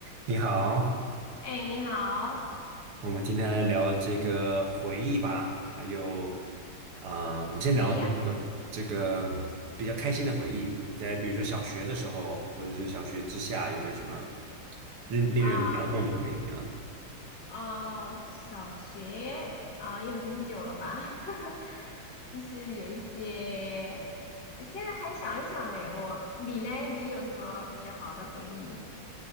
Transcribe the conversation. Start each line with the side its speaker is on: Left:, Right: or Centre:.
Right: 你好，
Left: 哎，你好，
Right: 我们今天来聊这个回忆吧，还有，啊、我们先聊这个这个比较开心的回忆。
Left: 可以呀、
Right: 你在比如说小学的时候，或者是小学之下，有没有什么令令人难忘的回忆啊？
Left: 啊，哦，小学啊，又很久了吧？<laughs> 就是有一些，现在还想一想嘞。我，你嘞，你有什么比较好的回忆？